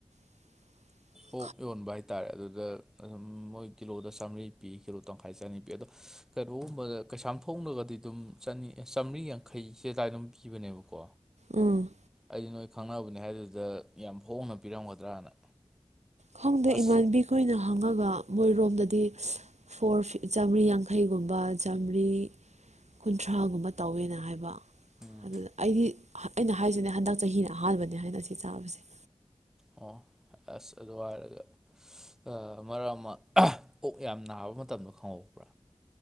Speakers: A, on the right; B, in the centre.
A: <inaudible>
B: ꯑꯣꯛ ꯌꯣꯟꯕ ꯍꯥꯏꯇꯥꯔꯦ ꯑꯗꯨꯗ ꯑꯗꯨꯝ ꯃꯣꯏ ꯀꯤꯂꯣꯗ ꯆꯥꯝꯔꯤ ꯄꯤ ꯀꯤꯂꯣ ꯇꯪꯈꯥꯏ ꯆꯅꯤ ꯄꯤ ꯑꯗꯣ ꯀꯩꯅꯣꯒꯨꯝꯕꯗ ꯀꯩꯁꯥꯝ ꯊꯣꯡꯉꯒꯗꯤ ꯑꯗꯨꯝ ꯆꯥꯝꯃꯔꯤ ꯌꯥꯡꯈꯩꯁꯦ ꯑꯗꯨꯗꯥꯏ ꯑꯗꯨꯝ ꯄꯤꯕꯅꯦꯕꯀꯣ
A: ꯎꯝ
B: ꯑꯩꯗꯤ ꯅꯣꯏ ꯈꯪꯅꯕꯅꯦ ꯍꯥꯏꯗꯨꯗ ꯌꯥꯝ ꯍꯣꯡꯅ ꯄꯤꯔꯝꯒꯗ꯭ꯔꯅ
A: ꯈꯪꯗ
B: ꯑꯁ
A: ꯏꯃꯥꯟꯕꯤꯈ ꯑꯣꯏꯅ ꯍꯪꯉꯒ ꯃꯣꯏꯔꯣꯝꯗꯗꯤ ꯐꯣꯔ ꯆꯥꯝꯃꯔꯤ ꯌꯥꯡꯈꯩꯒꯨꯝꯕ ꯆꯥꯝꯃꯔꯤ ꯀꯨꯟꯊ꯭ꯔꯥꯒꯨꯝꯕ ꯇꯧꯋꯦꯅ ꯍꯥꯏꯕ꯫
B: ꯎꯝ
A: ꯑꯗꯨꯗ ꯑꯩꯗꯤ ꯑꯩꯅ ꯍꯥꯏꯁꯤꯅꯦ ꯍꯟꯗꯛ ꯆꯍꯤꯅ ꯑꯍꯥꯟꯕꯅꯦ ꯍꯥꯏꯅ ꯁꯤ ꯆꯥꯕꯁꯦ꯫
B: ꯑꯣ ꯑꯁ ꯑꯗꯨ ꯍꯥꯏꯔꯒ ꯑ ꯃꯔꯛ ꯑꯃ ꯑꯥ ꯑꯣꯛ ꯌꯥꯝ ꯅꯥꯕ ꯃꯇꯝꯗ ꯈꯪꯍꯧꯕ꯭ꯔꯥ?